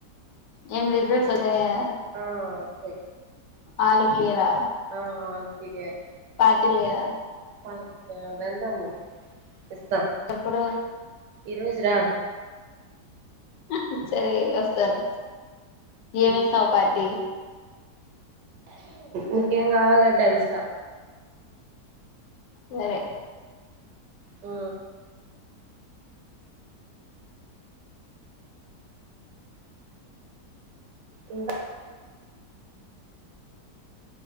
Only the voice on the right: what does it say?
ఆ ఓకే
ఆ ఆల్ క్లియర్
వన్ యా వెళ్దము ఇస్తా
ఈ రోజు రా
ఇంకేం కావాలంటే అదిస్తా
ఊ ఇంకా